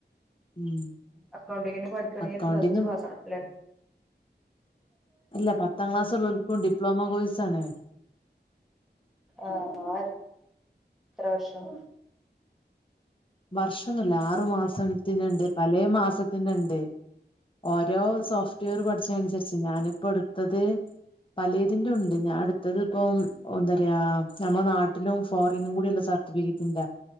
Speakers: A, on the left; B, in the centre.
A: ഉം
B: അക്കൗണ്ടിങ്ങിന് പഠിക്കണമെങ്കിൽ
A: അക്കൗണ്ടിങ്ങും
B: പ്ലസ് ടു പാസ് ആല്ലേ
A: അല്ല പത്താം ക്ലാസ്സ്ള്ളോൽക്കും ഡിപ്ലോമ കോഴ്സാണ്.
B: ആ എത്ര വർഷം?
A: വർഷൊന്നുമല്ല ആറു മാസത്തിനുണ്ട് പല മാസത്തിനുണ്ട് ഓരോ സോഫ്റ്റ്വെയർ പഠിച്ച അനുസരിച്ച് ഞാനിപ്പോ എടുത്തത് പലേതിന്റെ ഉണ്ട് ഞാ ഇട്ത്തത് പ്പം ഒന്നരയാ. നമ്മള നാട്ടിലും ഫോറിനും കൂടി ഉള്ള സർട്ടിഫിക്കറ്റിണ്ട